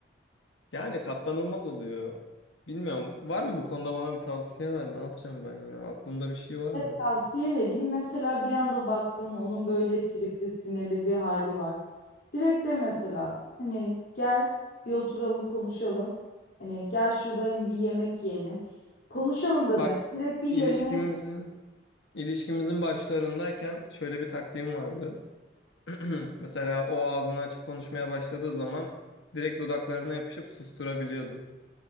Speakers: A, on the left; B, on the left.
A: Yani katlanılmaz oluyor. Bilmiyorum. Var mı bu konuda bana bir tavsiye ver? Ne yapacağım ben ya? Aklında bir şey var
B: Ya
A: mı?
B: tavsiye vereyim. Mesela bir anda baktın onun böyle tripli sinirli bir hali var. Direkt de mesela hani gel bir oturalım konuşalım. Hani gel şurada hani bir yemek yiyelim. Konuşalım da
A: Bak
B: deme. Direkt bir yemeğe
A: ilişkimizin ilişkimizin başlarındayken şöyle bir taktiğim vardı. <clears throat> Mesela o ağzını açıp konuşmaya başladığı zaman direkt dudaklarına yapışıp susturabiliyordum.